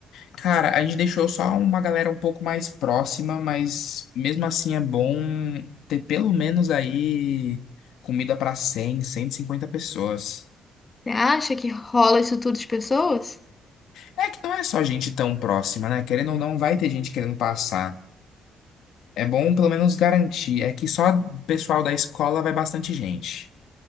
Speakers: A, on the left; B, on the left.
A: Cara, a gente deixou só uma galera um pouco mais próxima, mas mesmo assim é bom ter pelo menos aí comida pra cem, cento e cinquenta pessoas.
B: Você acha que rola isso tudo de pessoas?
A: É que não é só gente tão próxima, né? Querendo ou não, vai ter gente querendo passar. É bom pelo menos garantir. É que só pessoal da escola vai bastante gente.